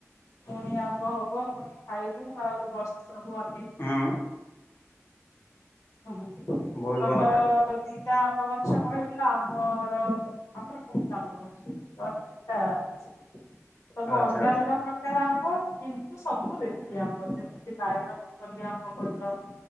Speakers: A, on the left (about 75°); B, on the left (about 45°).
A: ପୁଣି ଆମ୍ବ ହବ ପୁଣି ଖାଇବୁ ଆଉ ବର୍ଷକୁ ଅ
B: ହଁ।
A: ହଁ ହଁ
B: ବହୁତ
A: ତମର
B: ଭଲ କଥା
A: ଦି ଟା ଆମ୍ବ ଗଛ କହିଲ ଆମର ଆମର ବହୁତ ଆମ୍ବ ଗଛ ତ ଟା ସବୁ
B: ଆଚ୍ଛା
A: ଅଲଗା
B: ଆଚ୍ଛା।
A: ଅଲଗା ପ୍ରକାର ଆମ୍ବ କିନ୍ତୁ ସବୁ ଦେଶି ଆମ୍ବ ଯେମିତି ବାଇଗଣ ପଲି ଆମ୍ବ କହିଲ।